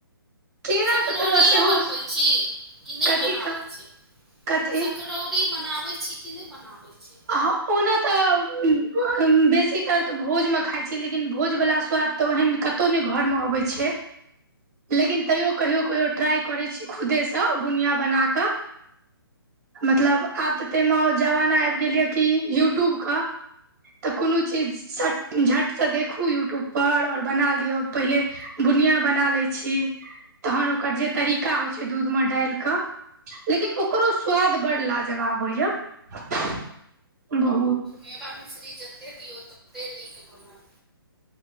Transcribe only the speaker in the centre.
सकड़ौड़ियो
बनबै छी, कि नहि
बनाबै
छी,
सकड़ौ री बनाबै छी कि, नहि बनाबै छी।
मेबा मीश्री। जते दियऔ तऽ। नै नीक बनत।